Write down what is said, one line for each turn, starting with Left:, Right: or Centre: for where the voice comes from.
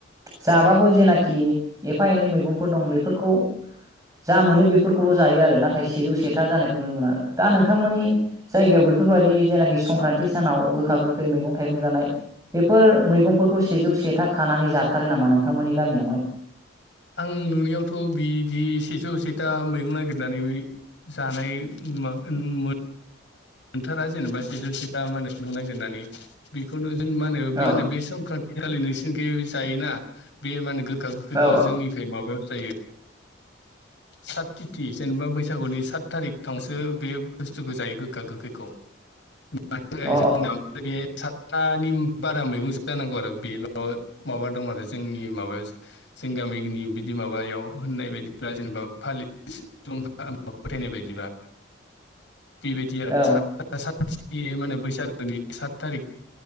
Right: जाबाबो जेनाखि एफा एनै मैगंफोर दं बेफोरखौ जा मोनो बेफोरखौल' जायो आरो नाथाय सेजौ सेथा जानायखौ नुनो मोनो आरो दा नोंथांमोननि जायगायाव बेफोरबायाददि जेनाखि संक्रान्थि सानाव गोखा गोखै मैगं थाइगं जानाय बेफोर मैगंफोरखौ सेजौ सेथा खानानै जाथारो नामा नोंथांमोननि गामियावहाय?
Left: आं नुनायावथ' बिदि सेजौ सेथा मैगं नागिरनानै जानाय नुआ‌ नुमो मोनथारा जेनेबा सेजौ सेथा मानोबो नागिरनानै बेखौनो माहोनो
Right: औ
Left: बे माहोनो बे संक्रान्थि खालि नोंस बेयो जायोना बे माने गो खा गोखैखौ
Right: औ
Left: जोंनिखै माबायाव जायो सात तिथि जेनेबा बैसागुनि सात थारिख थांसो बे बुस्थुखौ जायो गोखा गोखैखौ। मानि थाखाय
Right: अ
Left: जोंनाव बे सातथानि बारा मैगंसो जानांगौ आरो बेल' माबा दं आरो जोंनि माबायाव जोंनि गामिनि बिदि माबायाव होननाय बायदिब्ला जेनेबा फालि एसे दं फोथायनाय बायदिबा बेबायदि आरो
Right: अ औ
Left: सादथा साद <unintelligible> माने बैसागोनि सात थारिक